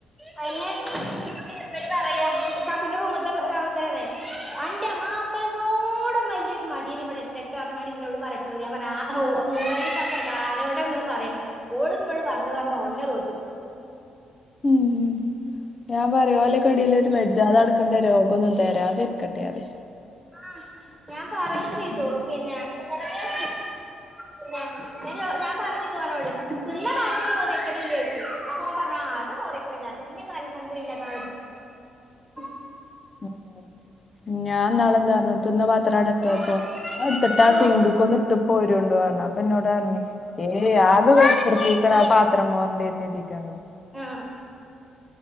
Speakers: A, in the centre; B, on the left.
A: <unintelligible> കാക്കൂന്റെ റൂമ്ത്തെ <unintelligible> അന്റെ മാപ്പൾനോടം വല്ല്യരു മടിയൻ ഇവിടെല്ല പർഞ്ങ്ങാണ്ട് ന്നോട് പറയു ട്ടോ ഞാൻ പർഞ്ഞു ആ മൂപ്പായിരും കാക്കു ആരോട ങ്ങള് പറയുന്നത് ഓള് ന്നോട് പർഞ് പർഞ് ഓളെന്നെ തോറ്റ്ക്ക്ണു
B: ഉം ഉം ഞാൻ പറിം ഓലെക്കെടീല് ഒരു വെജ്ജാതെട് ക്ക്ണ്ട രോഗന്നും തരാതിര്ക്കട്ടെറി
A: ആ ഞാൻ പറയിം ചെയ്തു
B: ഉം.
A: പിന്നെ ഇങ്ങളെന്നെ പിന്നെ ഞാൻ ചോ ഞാൻ പറിം ചെയ്തു ഓനോട് തിന്ന പാത്രം മോറിക്കല് ല്ല്യേയ്ച്ചു അപ്പൊ ഓൻ പറഞ്ഞു ആ അത് മോറിക്കല്ണ്ട് തന്നെ അൽഹംദുലില്ലാഹ് <unintelligible>
B: ഉം ഞാൻ ന്നാള് എന്തർഞ്ഞു തിന്ന പാത്രം അവ്ടെട്ട്
A: റൂമ്
B: പോയ്പ്പൊ അത് ട്ത്തിട്ട് ആ
A: റൂം
B: സിങ്ക്ക്കൊന്ന് ട്ട് പോരോണ്ടുർഞ് അപ്പ ന്നോടർഞ്ഞുയ് ഏയ് ആകെ <unintelligible> ആ പാത്രം മോറണ്ടിരും ന്നെര്തീട്ടാണ്
A: ആ